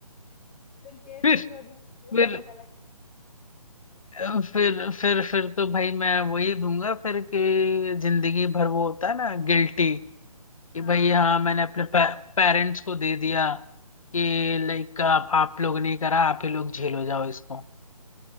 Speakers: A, on the left; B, on the left.
A: फिर
B: <laughs>
A: केसेस
B: मैं फिर
A: हो जाएंगे
B: फिर
A: अलग अलग
B: अ, फिर फिर फिर तो भाई मैं वही दूंगा फिर कि जिंदगी भर वो होता है ना गिल्टी कि
A: हाँ
B: भाई हाँ
A: हाँ
B: मैंने अपने पेरेंट्स को दे दिया कि लाइक आप आप लोग नहीं करा आप ही लोग झेलो जाओ इसको